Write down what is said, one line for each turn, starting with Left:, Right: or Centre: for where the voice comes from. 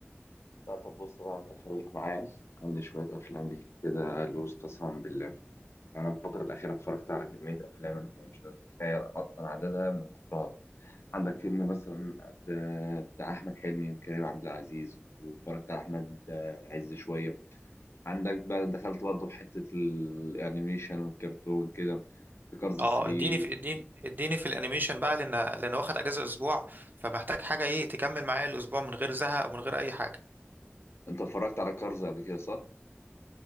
Left: لا طب بص بقى أنت خليك معايا عندي شوية أفلام ليك كده لوز قسما بالله أنا الفترة الأخيرة اتفرجت على كمية أفلام أنت مش هتتخيل أصلا عددها من كترها عندك فيلم مثلا بتاع أحمد حلمي وكريم عبد العزيز واتفرجت على أحمد عز شوية عندك بقى دخلت برضه في حتة الأنيميشن والكرتون كده في كارز
Right: اه
Left: 3
Right: اديني في اديني اديني في الانيميشن بقى لان لان واخد اجازه اسبوع فمحتاج حاجه ايه تكمل معايا الاسبوع من غير زهق ومن غير اي حاجه
Left: أنت اتفرجت على كارز قبل كده صح؟